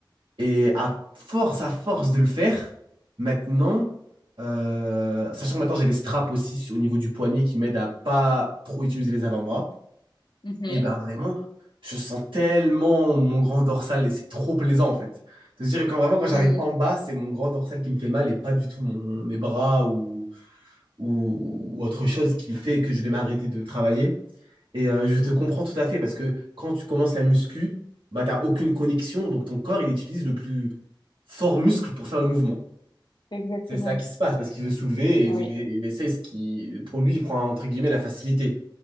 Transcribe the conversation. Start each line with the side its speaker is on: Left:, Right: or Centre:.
Right: Et à force, à force de le faire, maintenant, euh, sachant que maintenant j'ai les straps aussi au niveau du poignet qui m'aident à pas trop utiliser les avant-bras,
Left: mhm,
Right: et ben vraiment, je sens tellement mon grand dorsal et c'est trop plaisant en fait. C'est-à-dire quand vraiment quand j'arrive
Left: mhm.
Right: en bas, c'est mon grand dorsal qui me fait mal et pas du tout mon- mes bras ou, ou, ou autre chose qui me fait que je vais m'arrêter de travailler. Et euh, je te comprends tout à fait parce que quand tu commences la muscu, bah t'as aucune connexion, donc ton corps il utilise le plus fort muscle pour faire le mouvement.
Left: Exactement.
Right: C'est ça qui se passe parce qu'il veut soulever
Left: Oui,
Right: et il il essaie ce qui, pour lui, il prend entre guillemets la facilité.